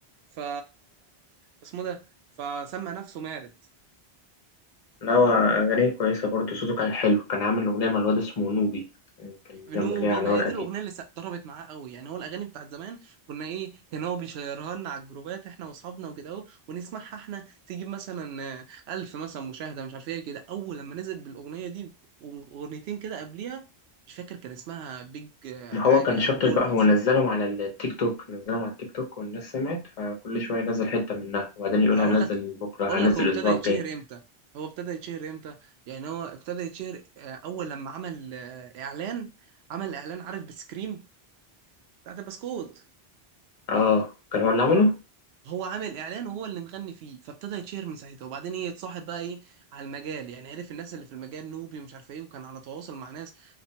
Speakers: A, on the right; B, on the left.
A: ف اسمه ده فسمى نفسه مارد
B: نوى أغانيه كويسة برضه صوته كان حلو كان عامل أغنية مع الواد اسمه نوبي يعني كان
A: بنوبي
B: جامدة ليها على
A: ما
B: ورقة
A: هي دي
B: دي
A: الاغنيه اللي س- ضربت معاه قوي يعني هو الاغاني بتاعت زمان كنا ايه كان هو بيشيرها لنا على الجروبات احنا واصحابنا وكده اهو ونسمعها احنا تجيب مثلا آه، ألف مثلا مشاهده مش عارف ايه كده اول لما نزل بالاغنيه دي واغنيتين كده قبليها مش فاكر كان اسمها بيج آه،
B: ما
A: حاجه
B: هو كان شاطر
A: او جولد
B: بقى هو نزلهم على التيك توك نزلهم على التيك توك والناس سمعت فكل شوية ينزل حتة منها وبعدين يقول
A: هقول
B: هنزل
A: لك
B: بكرة
A: اقول
B: هنزل
A: لك هو ابتدى
B: الأسبوع
A: يتشهر
B: الجاي
A: امتى هو ابتدى يتشهر امتى يعني هو ابتدى يتشهر آه، اول لما عمل آه، اعلان عمل اعلان عارف بسكريم بتاعت البسكوت
B: اه كان هو اللي عمله
A: هو عامل اعلان وهو اللي مغني فيه فابتدى يتشهر من ساعتها وبعدين ايه اتصاحب بقى ايه على المجال يعني عرف الناس اللي في المجال نوبي ومش عارف ايه وكان على تواصل مع ناس